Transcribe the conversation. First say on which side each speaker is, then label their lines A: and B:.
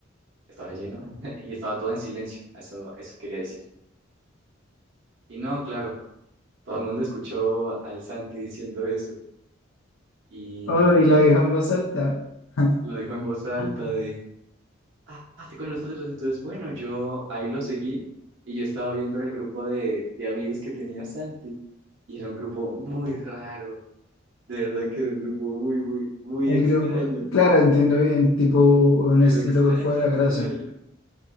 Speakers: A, on the right (about 60°); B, on the left (about 80°).
A: Estaba lleno <laughs> y estaba todo en silencio, eso, eso quería decir. Y no, claro, todo el mundo escuchó al Santi diciendo eso y
B: Uy, la vieja en voz alta. <laughs>
A: lo dijo en voz alta
B: Ah.
A: de, ah, estoy con nosotros, entonces bueno, yo ahí lo seguí y yo estaba viendo el grupo de, de amigos que tenía Santi y era un grupo muy raro, de verdad que era un grupo muy, muy, muy
B: El
A: extraño,
B: grupo, claro, entiendo bien, tipo un
A: pero
B: estilo
A: extraño,
B: grupo de la
A: extraño.
B: grasa,